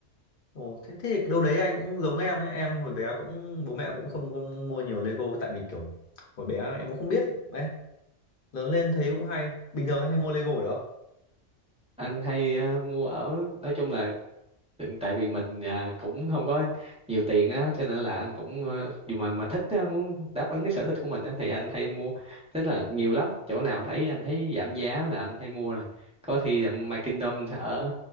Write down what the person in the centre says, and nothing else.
anh hay ờ, mua ở nói chung là tại vì mình à, cũng không có nhiều tiền á cho nên là anh cũng ờ, dù mà mà thích á, muốn đáp ứng cái sở thích của mình á, thì anh hay mua tức là nhiều lắm chỗ nào thấy anh thấy giảm giá là anh hay mua nè có khi là My Kingdom ở